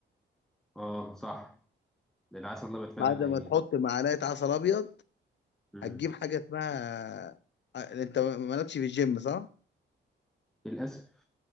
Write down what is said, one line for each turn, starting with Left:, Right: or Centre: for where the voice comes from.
Centre: اه صح ده العسل الابيض فعلا
Left: بعد ما
Centre: ايه
Left: تحط معلقه عسل ابيض
Centre: امم
Left: هتجيب حاجة اسمها آه، انت مالكش في الجيم صح؟
Centre: للاسف